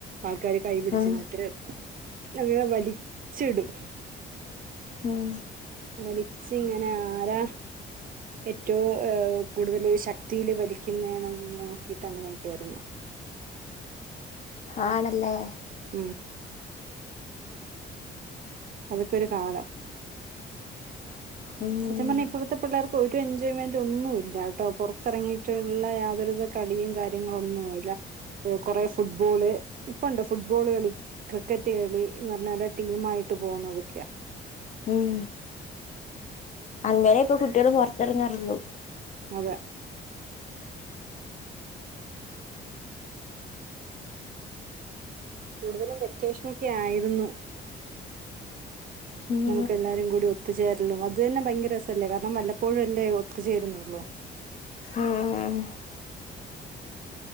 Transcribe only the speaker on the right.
ആൾക്കാര് കൈ പിടിച്ച്
നിന്നിട്ട് അങ്ങനെ വലിച്ചിടും
വലിച്ച് ഇങ്ങനെ ആരാ ഏറ്റവും കൂടുതല് ശക്തീയില് വലിക്കുന്നെ നോക്കീട്ട് അങ്ങനെയൊക്കെ ആയിരുന്നു.
ഉം അതൊക്കെ ഒരു കാലം
സത്യം പറഞ്ഞാൽ ഇപ്പഴത്തെ പിള്ളേർ ഒരു എൻജോയ്മെന്റ് ഒന്നുല്ലാട്ടോ പൊറത്തിറങ്ങിട്ടുള്ള യാതൊരു വിധ കളിയും കാര്യങ്ങളൊന്നുല്ല. കൊറെ ഫുട്ബോള് ഇപ്പമുണ്ട് ഫുട്ബോള് കളി ക്രിക്കറ്റ് കളി എന്നുപറഞ്ഞാല് ടീമായിട്ട് പോന്നതൊക്കെയാ
അതെ കൂടുതലും വെക്കേഷനൊക്കെ ആയിരുന്നു
നമുക്ക് എല്ലാരും കൂടി ഒത്തുചേരലും അത് തന്നെ ഭയങ്കര രസല്ലേ കാരണം വല്ലപ്പോഴും അല്ലേ ഒത്ത്ചേരുന്നൊള്ളൂ